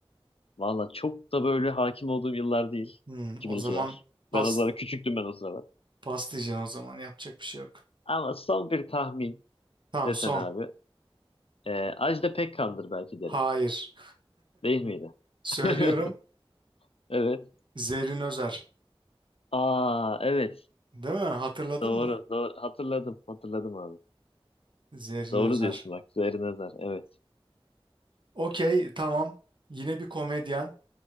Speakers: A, on the left (about 75°); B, on the right (about 55°).
A: Valla çok da böyle hakim olduğum yıllar değil.
B: Hmm,
A: 2002'ler.
B: o zaman pas,
A: Ben o zaman küçüktüm ben o sıralar.
B: pas diyeceksin o zaman yapacak bir şey yok.
A: Ama son bir tahmin
B: Tamam
A: desen
B: son.
A: abi. Ee, Ajda Pekkan'dır belki derim.
B: Hayır.
A: Değil miydi?
B: <laughs> Söylüyorum.
A: <laughs> Evet.
B: Zerrin Özer.
A: Aa evet.
B: Değil mi? Hatırladın
A: Doğru.
B: mı?
A: Doğru. Hatırladım. Hatırladım abi.
B: Zerrin
A: Doğru
B: Özer.
A: diyorsun bak. Zerre nazar. Evet.
B: Okey, tamam. Yine bir komedyen.